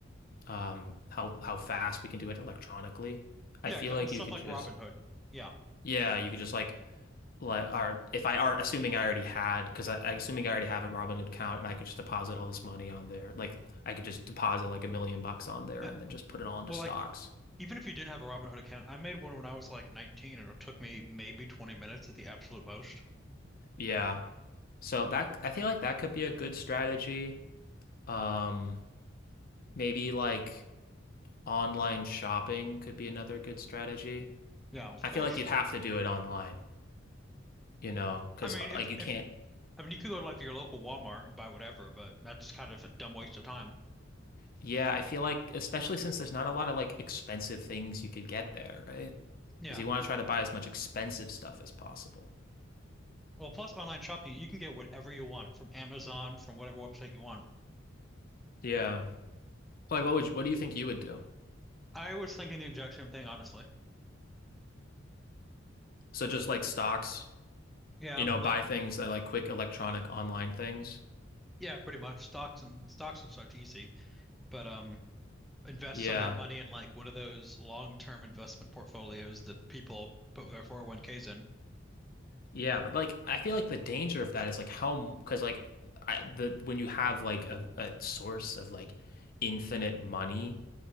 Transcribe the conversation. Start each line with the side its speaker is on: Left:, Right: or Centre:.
Left: um, how, how fast we can do it electronically. I
Centre: Yeah,
Left: feel
Centre: exactly.
Left: like
Centre: Stuff
Left: you could
Centre: like
Left: just,
Centre: Robin Hood. Yeah.
Left: yeah, you could just, like, like are if I are assuming I already had because I, I assuming I already have a Robinhood account and I could just deposit all this money on there. Like I could just deposit like a million bucks on there
Centre: Yeah.
Left: and then just put it all into
Centre: Well,
Left: stocks.
Centre: like even if you didn't have a Robin Hood account, I made one when I was like 19 and it took me maybe 20 minutes at the absolute most.
Left: Yeah. So that I feel like that could be a good strategy. Um, maybe like online shopping could be another good strategy.
Centre: Yeah, of
Left: I
Centre: course.
Left: feel like you'd have to do it online, you know, because
Centre: I mean, if
Left: like you
Centre: if
Left: can't
Centre: I mean, you could go to like your local Walmart and buy whatever, but that's kind of a dumb waste of time.
Left: Yeah, I feel like especially since there's not a lot of like expensive things you could get there, right?
Centre: Yeah.
Left: Because you want to try to buy as much expensive stuff as possible.
Centre: Well, plus online shopping, you can get whatever you want from Amazon, from whatever website you want.
Left: Yeah. Like what would you, what do you think you would do?
Centre: I was thinking the exact same thing, honestly.
Left: So just like stocks,
Centre: Yeah,
Left: you
Centre: I'm
Left: know,
Centre: like
Left: buy things that like quick electronic online things.
Centre: yeah, pretty much stocks and stocks and such easy, but um, invest
Left: Yeah.
Centre: some of that money in like one of those long-term investment portfolios that people put their 401ks in.
Left: Yeah, but like I feel like the danger of that is like how because like I, the when you have like a, a source of like infinite money,